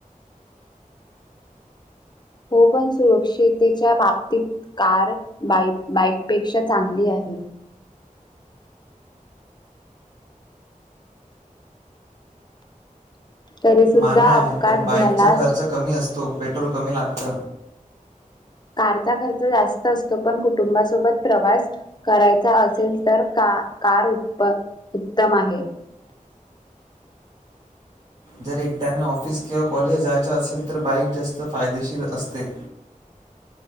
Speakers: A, on the left; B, on the right.
A: हो पण सुरक्षितच्या बाबतीत कार बाई बाईकपेक्षा चांगली आहे. तरी सुुद्धा
B: मान्य आहे
A: अपघात
B: पण बाईकचा
A: झालाच
B: खर्च कमी असतो पेट्रोल कमी लागत.
A: कारचा खर्च जास्त असतो पण कुटुंबासोबत प्रवास करायचा असेल तर का कार उत् उत्तम आहे.
B: जर एकट्याने ऑफिस किंवा कॉलेज जायच असेल तर बाईक जास्त फायदेशीर असते.